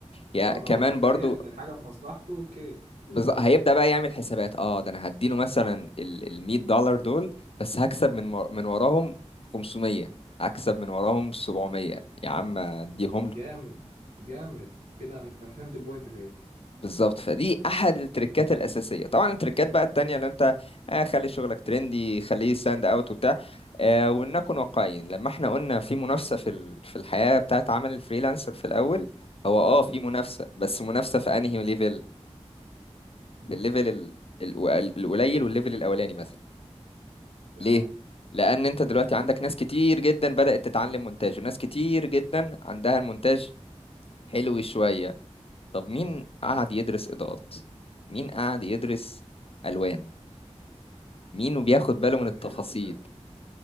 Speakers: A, on the left (about 55°); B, on the right (about 85°).
A: يعني
B: طالما هو
A: كمان
B: تخيل
A: برضو
B: ان الحاجه في مصلحته اوكي زي
A: بز...
B: الفل
A: هيبدأ بقى يعمل حسابات اه ده انا هديله مثلا ال ال 100 دولار دول بس هكسب من مر... من وراهم 500 هكسب من وراهم 700 يا عم اديهم
B: جامد
A: له
B: جامد كده انا فهمت البوينت في ايه
A: بالظبط فدي احد التريكات الاساسيه طبعا التريكات بقى التانية اللي انت آه خلي شغلك ترندي خليه ستاند اوت وبتاع آه ولنكن واقعيين لما احنا قلنا في منافسه في ال... في الحياه بتاعت عمل الفريلانسر في الاول هو اه في
B: امم
A: منافسه بس منافسه في انهي ليفل في الليفل ال... ال- القليل والليفل الاولاني مثلا
B: تمام
A: ليه؟ لأن أنت دلوقتي عندك ناس كتير جدا بدأت تتعلم مونتاج وناس كتير جدا عندها المونتاج حلو شوية طب مين قعد يدرس إضاءات؟ مين قعد يدرس ألوان؟ مين بياخد باله من
B: فهمتك
A: التفاصيل؟